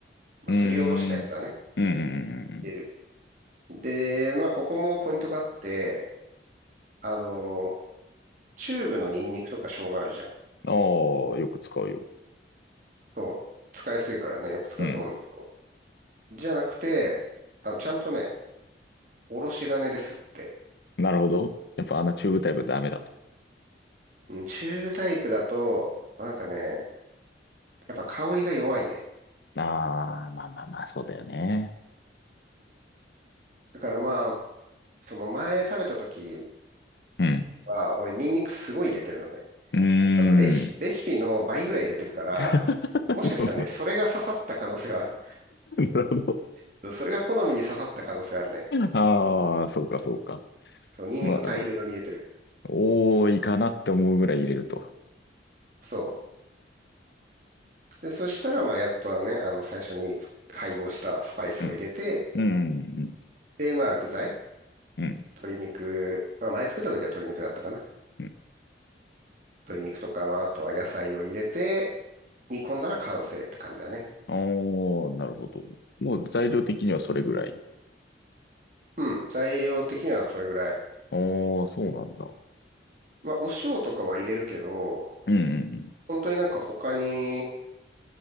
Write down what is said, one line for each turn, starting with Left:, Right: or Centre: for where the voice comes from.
Right: まあ、
Left: うーん。
Right: すりおろしたやつだね。
Left: うん。うんうんうん
Right: 入れる。で、まあここもポイントがあって、あの、チューブのニンニクとか生姜あるじゃん。
Left: ああ、よく使うよ。
Right: そう。使いやすいからね、よく使うと思うんだけど。
Left: うん。
Right: じゃなくて、あの、ちゃんとね、おろし金ですって
Left: なるほど。やっぱあんなチューブタイプダメだと。
Right: うんチューブタイプだと、なんかね、やっぱ香りが弱いね。
Left: ああ、まあまあまあ、そうだよね。
Right: だからまあ、その前食べた時
Left: うん。
Right: は、俺ニンニクすごい入れてるのね。
Left: うーん。
Right: あの、レシ、レシピの倍ぐらい入れてるから、
Left: <laughs>
Right: もしかしたらね、
Left: その
Right: それが刺さった可能性はある。
Left: なるほど。
Right: そうそれが好みに刺さった可能性あるね。
Left: ああ、そうか、そうか。
Right: そう、ニンニクを大量に入れてる。
Left: まあ、多いかなって思うぐらい入れると。
Right: そう。で、そしたらまあ、やっとはね、あの、最初につ配合したスパイスを入れて、
Left: うん。うん。うん。
Right: で、まあ、具材、
Left: うん。
Right: 鶏肉、まあ、前作った時は鶏肉だったかな。
Left: うん
Right: 鶏肉とか、まあ、あとは野菜を入れて、煮込んだら完成って感じだね。
Left: おー、なるほど。もう材料的にはそれぐらい。
Right: うん、材料的にはそれぐらい。
Left: ああ、そうなんだ。
Right: まあ、お塩とかは入れるけど、
Left: うんうんうん。
Right: 本当になんか他に